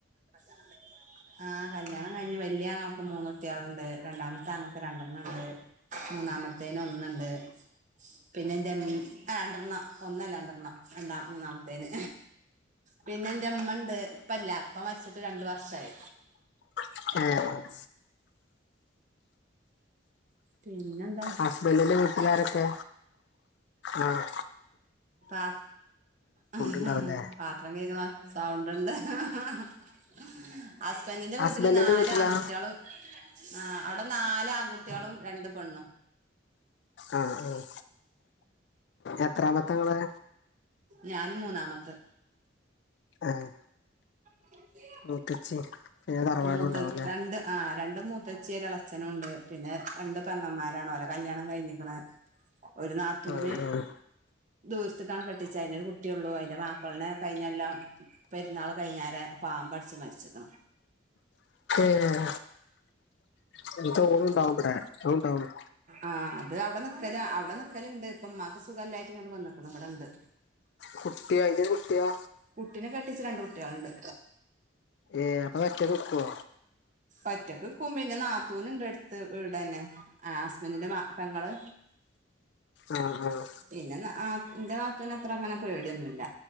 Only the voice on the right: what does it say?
കല്യാണം കഴിഞ്ഞ് ആഹ് കല്യാണം കഴിഞ്ഞ് വല്ിയ ആങ്ങളക്ക് മൂന്ന് കുട്ടികളുണ്ട് രണ്ടാമത്തെ ആങ്ങളക്ക് രണ്ടെണ്ണം ഉണ്ട്.... മൂന്നാമത്തേന ഒന്നുണ്ട് പിന്നെ എന്താ <unintelligible> ഒന്നല്ലാ രണ്ടണം രണ്ടാം മൂന്നാമത്തേന് പിന്നെ എന്റെ അമ്മണ്ട് ഇപ്പല്ല..... അപ്പ മരിച്ചിട്ട് രണ്ട് വർഷമായി....
പിന്നെ..
പാ അഹാ
പാത്രം കഴിക്ണ സൗണ്ട്ണ്ട് ഇഹ് ഇഹ് ഹസ്ബന്റ്ന്റെ
വീട്ടില് നാല്
ആൺകുട്ടിയളു ആ അടെ നാല് ആൺകുട്ടിളും രണ്ട് പെണ്ണും.
ഞാന് മൂന്നാമത്തെ
ഉ <unintelligible>
മൂത്തത്
രണ്ട് ആ രണ്ട് മൂത്തച്ചി ഒര് എളച്ചനു ഉണ്ട്. പിന്നെ രണ്ട് പെങ്ങമാരാണ് ഓല കല്ല്യാണം കഴിഞ്ഞിക്ക്ണ്. ഒര് നാത്തൂന്
ദൂര്ത്ത്ക്കാണ് കെട്ടിച്ച അയിന് ഒരു കുട്ടിഒള്ളൂ. അയിന്റെ മാപ്പൾനെ കഴിഞ്ഞൊല്ലം പെര്ന്നാള് കഴിഞ്ഞാരെ പാമ്പട്ച്ച് മര്ച്ച്ക്ക്ണ്.
ആഹ് അത് അവിടെ നിക്കല അവിടെ നിക്കല് ഇണ്ട് ഇപ്പം ഇമ്മാക്ക് സുഖല്ലായിട്ട് ഇങ്ങട്ട് വെന്ന്ക്ക്ണ് ഇവിടെ ഇണ്ട്.
കുട്ടിനെ കെട്ടിച്ച് രണ്ട് കുട്ടിൾണ്ട്.
ഒറ്റക്ക്ക്കും പിന്നെ നാത്തൂന് ഇണ്ട് എട്ത്ത് വീടെന്നെ ആഹ് ഹസ്ബന്റിന്റെ മാ പെങ്ങള്.
പിന്നെ നാത്ത് ഇന്റെ നാത്തൂന് അത്ര അങ്ങനെ പേടിയൊന്നുല്ല.